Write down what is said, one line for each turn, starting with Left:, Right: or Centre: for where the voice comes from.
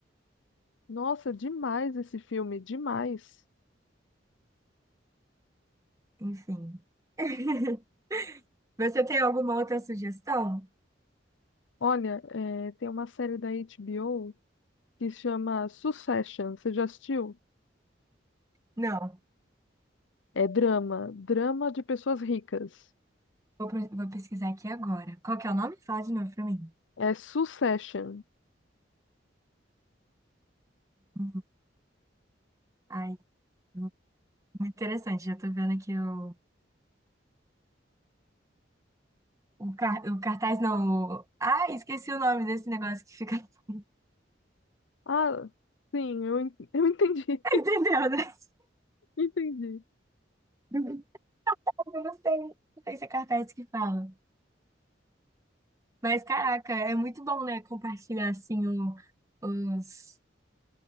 Left: Nossa, demais esse filme, demais.
Right: Enfim. <laughs> Você tem alguma outra sugestão?
Left: Olha, é, tem uma série da HBO que chama Succession. Você já assistiu?
Right: Não.
Left: É drama, drama de pessoas ricas.
Right: Vou, pro- vou pesquisar aqui agora. Qual que é o nome? Fala de novo pra mim.
Left: É Succession.
Right: Hum, Ai, muito interessante. Já tô vendo aqui o, o, car, o cartaz, não. o- Ai, esqueci o nome desse negócio que fica. <laughs>
Left: Ah, sim, eu, en- <laughs> eu entendi,
Right: Entendeu, né?
Left: <laughs> entendi.
Right: <laughs> Eu não sei. Não sei se é cartaz que fala. Mas, caraca, é muito bom, né? Compartilhar, assim, o- os,